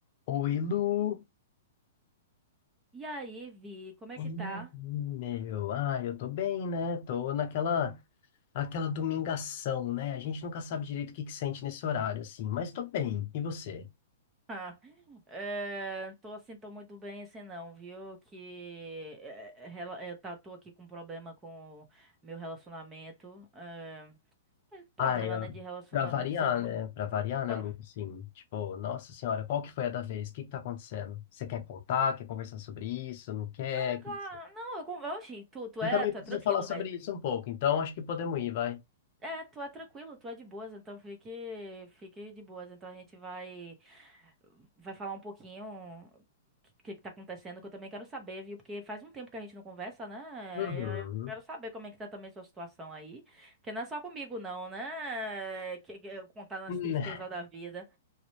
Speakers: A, on the left; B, on the right.
A: Oi, Lu.
B: E aí, Vi, como é
A: E
B: que tá?
A: aí, meu? Ah, eu tô bem, né? Tô naquela aquela domingação, né? A gente nunca sabe direito o que que sente nesse horário, assim, mas tô bem. E você?
B: Ah, eh, tô assim, tô muito bem assim não, viu? Que eh, rela- eh, tá, tô aqui com problema com meu relacionamento. eh, é problema,
A: Ah, eu,
B: né, de relacionamento
A: pra variar,
B: sempre.
A: né? Pra variar,
B: Pro-
A: né, Lu? Assim, tipo, nossa senhora, qual que foi a da vez? O que que tá acontecendo? Você quer contar? Quer conversar sobre isso? Não quer?
B: Ah,
A: O
B: claro.
A: que que você-
B: Não, eu, con- tu, tu
A: Eu
B: é,
A: também
B: tu
A: preciso
B: é tranquilo,
A: falar sobre
B: velho.
A: isso um pouco, então acho que podemos ir, vai.
B: É, tu é tranquilo, tu é de boas, então fique, fique de boas. Então a gente vai, vai falar um pouquinho o que, que tá acontecendo, que eu também quero saber, viu? Porque faz um tempo que a gente não conversa, né?
A: Uhum.
B: E aí Eu quero saber como é que tá também sua situação aí. Que não é só comigo, não, né? Que, que- contar nas
A: Hum.
B: tristezas da vida.